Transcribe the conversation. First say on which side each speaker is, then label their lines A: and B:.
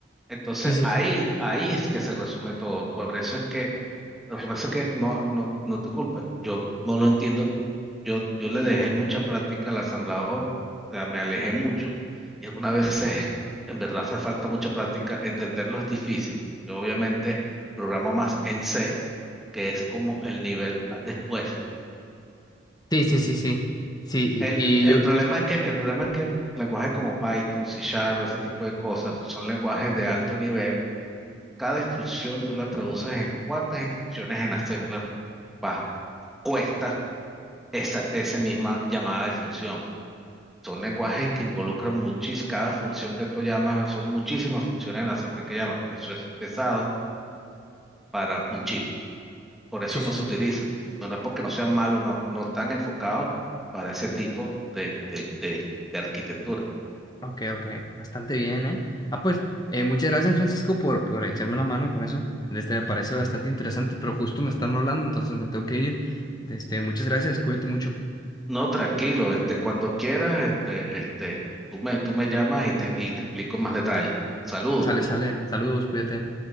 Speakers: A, in the centre; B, on the left.
A: Entonces
B: Sí, sí,
A: ahí,
B: sí.
A: ahí es que se resume todo. Por eso es que Lo que pasa es que no, no, no te culpa. Yo no lo entiendo. Yo, yo le dejé mucha práctica al asamblador. O sea, me alejé mucho. Y algunas veces, en verdad, hace falta mucha práctica. Entenderlo es difícil. Yo obviamente programo más en C, que es como el nivel a- después.
B: Sí, sí, sí, sí. Sí,
A: El,
B: y,
A: el
B: y yo.
A: problema es que, el problema es que lenguajes como Python, C Sharp, ese tipo de cosas, son lenguajes de alto nivel. Cada instrucción tú la traduces en cuántas instrucciones en Assembler baja. Cuesta esa, esa misma llamada de función. Son lenguajes que involucran muchísimas, cada función que tú llamas, son muchísimas funciones en la siempre que llamas. Eso es pesado para un chip. Por eso
B: Sí,
A: no
B: sí,
A: se
B: sí.
A: utilizan. No, no es porque no sean malos, no, no están enfocados para ese tipo de, de, de, de arquitectura.
B: Ok, ok. Bastante bien, ¿eh? Ah, pues, eh, muchas gracias, Francisco, por, por echarme una mano con eso. Este, me parece bastante interesante, pero justo me están hablando, entonces me tengo que ir. Este, muchas gracias, cuídate mucho.
A: No, tranquilo, este, cuando quieras, este, este, tú me, tú me llamas y te, y te explico más detalle. Saludos.
B: Sale, sale. Saludos, cuídate.